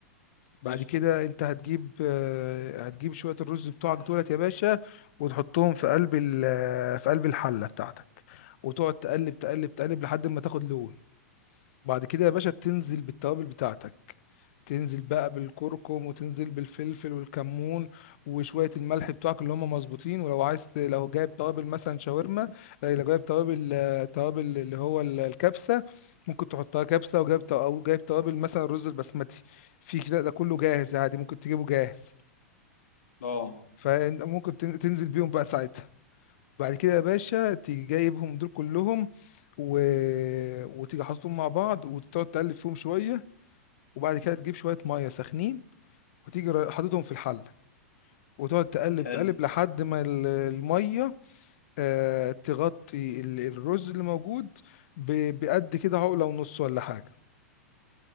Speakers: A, on the left; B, on the left.
A: بعد
B: قشطة
A: كده انت هتجيب آه، هتجيب شوية الرز بتوعك دولت يا باشا وتحطهم في قلب ال- آه، في قلب الحلة بتاعتك وتقعد تقلب تقلب تقلب لحد ما تاخد لون بعد كده يا باشا تنزل بالتوابل بتاعتك تنزل بقى بالكركم وتنزل بالفلفل والكمون وشوية الملح بتوعك اللي هم مظبوطين ولو عايز ت- لو جايب توابل مثلا شاورما آه، لو جايب توابل آه، توابل اللي هو ال- الكبسة ممكن تحطها كبسة وجايب تو- أو جايب توابل مثلا رز البسمتي في كده ده كله جاهز عادي ممكن تجيبه جاهز
B: اه
A: فأنت ممكن تن- تنزل بيهم بقى ساعتها بعد كده يا باشا تيجي جايبهم دول كلهم و... وتيجي حاططهم مع بعض وتقعد تقلب فيهم شوية وبعد كده تجيب شوية مية سخنين وتيجي را- حاططهم في الحلة وتقعد تقلب
B: حلو
A: تقلب لحد ما ال- المية آه، تغطي ال- الرز اللي موجود ب- بقد كده عقلة ونص ولا حاجة